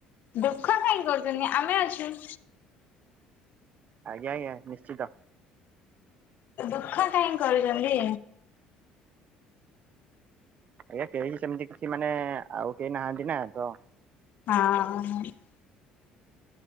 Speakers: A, on the left; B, on the right.
A: ଦୁଃଖ କାଇହିଁକି କରନି ଆମେ ଅଛୁ।
B: ଆଜ୍ଞା ଆଜ୍ଞା ନିଶ୍ଚିତ।
A: ଦୁଃଖ କାହିଁ କରୁଛନ୍ତି।
B: ଆଜ୍ଞା କେହି ସେମିତି କିଛି ମାନେ ଆଉ କେହି ନାହାନ୍ତି ନା। ତ
A: ହଁ।